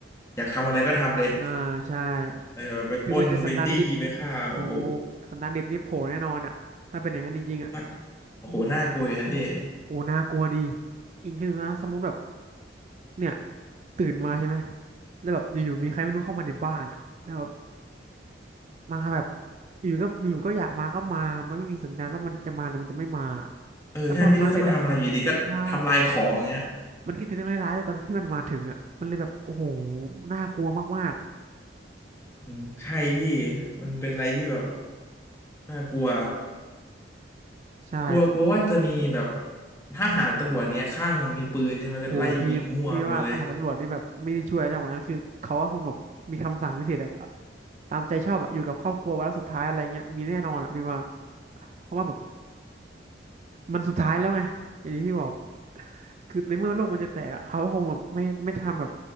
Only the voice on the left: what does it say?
อยากทำอะไรก็ทำเลย
เออแบบไปปล้นไปจี้ไปฆ่าโอ้โห
น่าโอ้โหน่ากลัวอยู่นะพี่
เออใช่ไม่รู้จะมาทำอะไรอยู่ดีก็ทำลายของอย่างเงี้ย
อืมใช่พี่มันเป็นอะไรที่แบบน่ากลัว
กลัวกลัวว่าจะมีแบบทหารตำรวจเนี้ยข้างมีปืนใช่ไหมก็ไล่ยิงมั่วไปหมดเลย